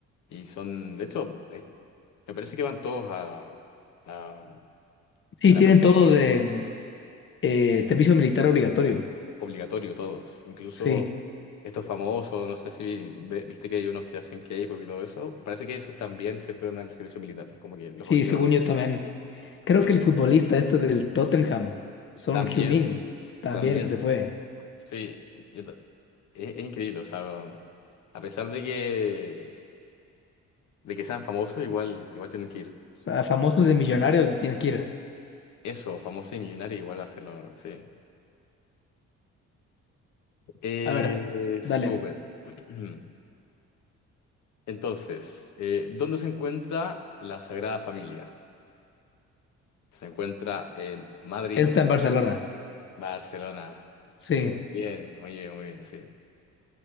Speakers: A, on the left; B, on the left.
A: y son, de hecho, es- me parece que van todos a, a
B: Sí,
A: a la
B: tienen
A: preparación.
B: todos eh, eh, este servicio militar obligatorio.
A: Obligatorio todos. Incluso
B: Sí,
A: estos famosos, no sé si ve- viste que hay unos que hacen K-pop y todo eso. Parece que esos también se fueron al servicio militar. Como que los
B: sí,
A: obligan
B: según
A: a...
B: yo también.
A: Como
B: Creo
A: que
B: que el futbolista este del Tottenham, Son
A: también,
B: Heung-min, también
A: también,
B: se fue.
A: sí. yo ta- es, es increíble. O sea, a pesar de que, de que sean famosos, igual, igual tienen que ir.
B: O sea, famosos de millonarios se tienen que ir.
A: Eso, famoso y millonario, igual hacerlo, sí. Eh,
B: A ver,
A: súper.
B: dale.
A: <clears throat> Entonces, eh, ¿dónde se encuentra la Sagrada Familia? Se encuentra en Madrid,
B: Está en Barcelona.
A: Barcelona.
B: Sí.
A: Muy bien, muy bien, muy bien, sí.